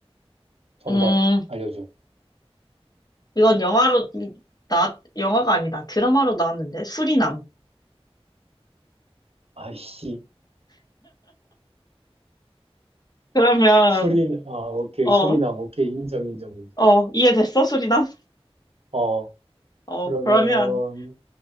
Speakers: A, on the right (about 70°); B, on the left (about 40°).
A: 정답
B: 음,
A: 알려줘.
B: 이건 영화로, 나, 영화가 아니다. 드라마로 나왔는데, 수리남.
A: 아이씨.
B: 그러면,
A: 수리나, 아, 오케이.
B: 어,
A: 수리남. 오케이. 인정, 인정, 인정.
B: 어, 이해됐어, 수리남?
A: 어,
B: 어,
A: 그러면,
B: 그러면,